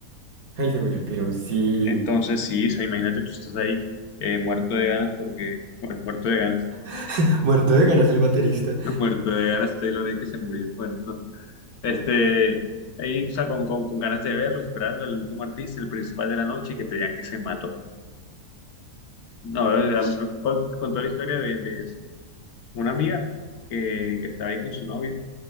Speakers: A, on the right (about 65°); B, on the left (about 75°).
A: Ay, se murió el piro, sí.
B: Entonces, sí, o sea, imagínate, tú estás ahí eh, muerto de ganas porque, bueno, muerto de ganas,
A: <laughs> Muerto de ganas el baterista.
B: <laughs> muerto de ganas, Taylor ahí que se murió. Bueno, no, Este, ahí, o sea, con, con, con ganas de verlo, esperando el último artista, el principal de la noche, y que te digan que se mató. No, a mí me con- contó la historia de, de una amiga que, que estaba ahí con su novio,